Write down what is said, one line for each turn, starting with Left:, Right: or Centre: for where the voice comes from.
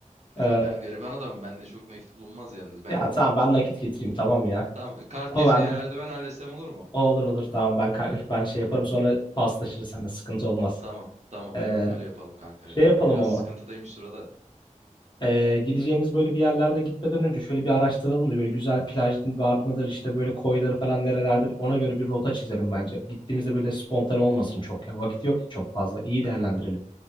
Right: Kral
Left: Ee,
Right: ben gariban adamım. Bende çok nakit bulunmaz yalnız. Ben
Left: ya tamam ben nakit getireyim tamam ya.
Right: tamam kart
Left: O
Right: geçen
Left: bende.
Right: yerlerde ben halletsem olur mu?
Left: O olur olur tamam ben kar- ben şey yaparım sonra paslaşırız seninle sıkıntı olmaz.
Right: Tamam. Tamam
Left: Ee,
Right: eyvallah öyle yapalım kanka.
Left: şey
Right: Çünkü
Left: yapalım
Right: biraz
Left: ama.
Right: sıkıntıdayım şu sırada.
Left: Ee, gideceğimiz böyle bir yerlerde gitmeden önce şöyle bir araştıralım da böyle güzel plaj var mıdır işte böyle koyları falan nerelerdir ona göre bir rota çizelim bence. Gittiğimizde böyle spontane olmasın çok ya. Vakit yok ki çok fazla. İyi değerlendirelim.